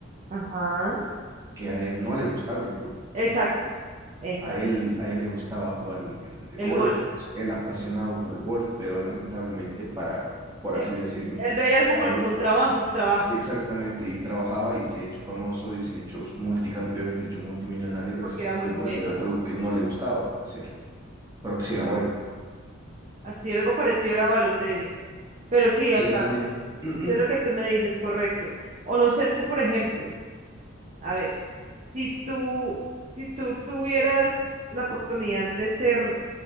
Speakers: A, on the right; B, on the right.
A: ajá.
B: que a él no le gustaba el fútbol.
A: Exacto, exacto.
B: A él, a él le gustaba jugar el, el
A: El
B: golf,
A: gol.
B: o sea, él apasionado por el golf, pero lamentablemente para, por
A: Él,
B: así decirlo,
A: él veía el fútbol
B: a él
A: como un trabajo, trabajo,
B: exactamente, y trabajaba y se ha hecho famoso y se ha hecho multicampeón, se ha hecho multimillonario gracias
A: porque era
B: al
A: muy
B: fútbol,
A: bueno.
B: pero es algo que no le gustaba hacer, pero que sí era bueno.
A: Así algo parecido era Balotelli. Pero sí, o
B: Sí,
A: sea,
B: también.
A: sí,
B: <clears throat>
A: es lo que tú me dices, correcto. O no sé, tú, por ejemplo, A ver, si tú, si tú tuvieras la oportunidad de ser